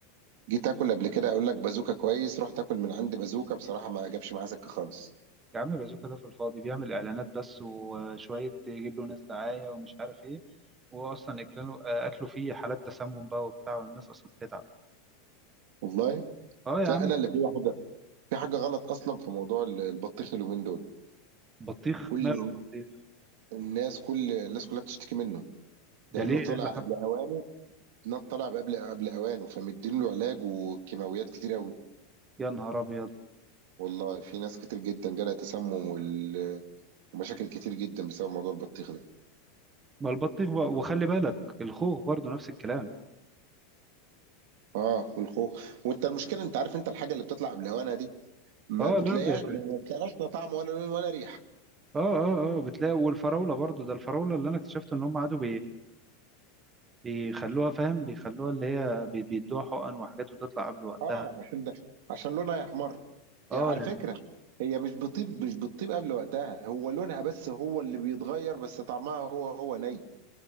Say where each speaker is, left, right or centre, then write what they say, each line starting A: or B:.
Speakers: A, on the right; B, on the right.
A: جيت آكل قبل كده أقول لك بازوكا كويس رحت آكل من عند بازوكا بصراحة ما جابش معايا سكة خالص
B: يا عم بازوكا ده في الفاضي بيعمل اعلانات بس وشويه يجيب له ناس دعايه ومش عارف ايه هو اصلا اكله اكله فيه حالات تسمم بقى وبتاع والناس اصلا بتتعب
A: والله
B: اه يا
A: لا
B: عم
A: انا اللي في حاجه في حاجه غلط اصلا في موضوع ال- البطيخ اليومين دول
B: بطيخ
A: كل
B: ماله البطيخ
A: الناس كل الناس كلها بتشتكي منه
B: ده
A: لانه
B: ليه
A: طلع
B: ايه اللي حصل
A: قبل اوانه لا، طلع قبل قبل اوانه فمدين له علاج وكيماويات كتير قوي
B: يا نهار ابيض
A: والله في ناس كتير جدا جالها تسمم وال- ومشاكل كتير جدا بسبب موضوع البطيخ ده
B: ما البطيخ بقى وخلي بالك الخوخ برضو نفس الكلام
A: اه والخوخ وانت المشكله انت عارف انت الحاجه اللي بتطلع قبل اوانها دي ما
B: اه
A: بتلاقيهاش
B: لا ب- اه
A: ما بتلاقيهاش لا طعم ولا لون ولا ريحه
B: اه اه بتلاقي والفراوله برضو ده الفراوله اللي انا اكتشفت ان هم قعدوا بيخلوها فاهم بيخلوها اللي هي بي- بيدوها حقن وحاجات وتطلع قبل وقتها
A: اه عشان ده عشان لونها يحمر
B: اه
A: يعني على
B: يعني
A: فكرة هي مش بتطيب مش بتطيب قبل وقتها هو لونها بس هو اللي بيتغير بس طعمها هو هو ني